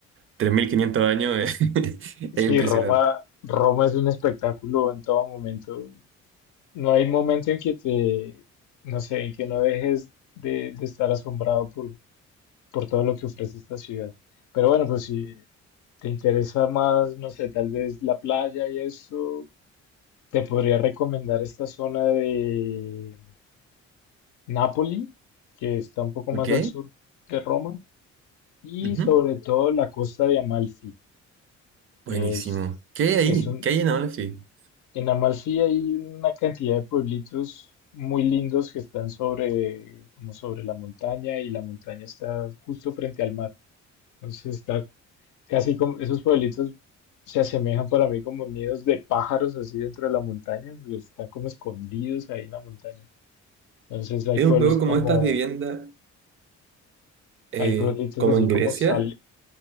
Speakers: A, on the right; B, on the left.
A: tres mil quinientos años, <laughs> es,
B: Sí,
A: es impresionante.
B: Roma, Roma es un espectáculo en todo momento. No hay momento en que te, no sé, en que no dejes de, de estar asombrado por, por todo lo que ofrece esta ciudad. Pero bueno, pues si te interesa más, no sé, tal vez la playa y eso, Te podría recomendar esta zona de Nápoli, que está un poco más
A: ok
B: al sur de Roma, y
A: Ujú.
B: sobre todo la costa de Amalfi.
A: Buenísimo.
B: Es,
A: ¿Qué hay ahí?
B: es un,
A: ¿Qué hay en Amalfi?
B: en Amalfi hay una cantidad de pueblitos muy lindos que están sobre, como sobre la montaña, y la montaña está justo frente al mar. Entonces está casi como, esos pueblitos se asemejan para mí como nidos de pájaros así dentro de la montaña, porque están como escondidos ahí en la montaña. Entonces hay
A: Es
B: pueblos
A: un poco
B: como,
A: como estas viviendas, eh,
B: hay pueblitos
A: como
B: así
A: en
B: como
A: Grecia.
B: Sal,